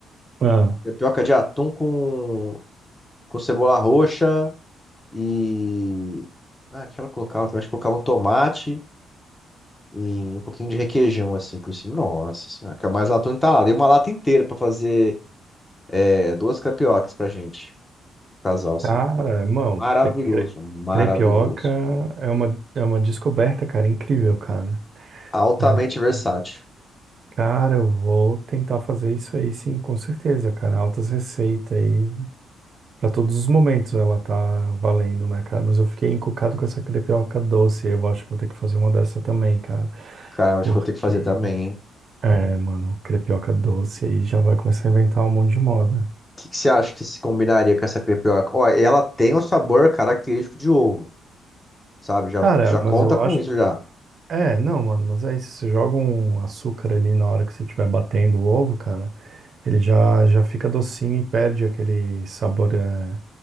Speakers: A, on the right (about 50°); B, on the left (about 15°).
A: ah.
B: Tapioca de atum com, com cebola roxa e. Ah, o que ela colocava também. Acho que colocava um tomate e um pouquinho de requeijão, assim, por cima. Nossa senhora, que é mais atum entalado. E uma lata inteira pra fazer é, duas crepiocas pra gente. Casal, assim.
A: Cara, irmão,
B: Maravilhoso,
A: cre- cre-
B: maravilhoso.
A: crepioca é uma, é uma descoberta, cara, incrível, cara.
B: Altamente
A: Vou-
B: versátil.
A: cara, eu vou tentar fazer isso aí, sim, com certeza, cara. Altas receitas aí. Pra todos os momentos ela tá valendo, né, cara? Mas eu fiquei encucado com essa crepioca doce. Eu acho que vou ter que fazer uma dessa também, cara.
B: Cara, acho
A: Porque,
B: que vou ter que fazer também, hein?
A: é, mano, crepioca doce aí já vai começar a inventar um monte de moda.
B: O que, que você acha que se combinaria com essa crepioca? Ó, ela tem um sabor característico de ovo, sabe? Já,
A: Cara,
B: já
A: mas
B: conta
A: eu
B: com
A: acho
B: isso já.
A: É, não, mano, mas aí se você joga um açúcar ali na hora que você estiver batendo o ovo, cara, ele já, já fica docinho e perde aquele sabor é,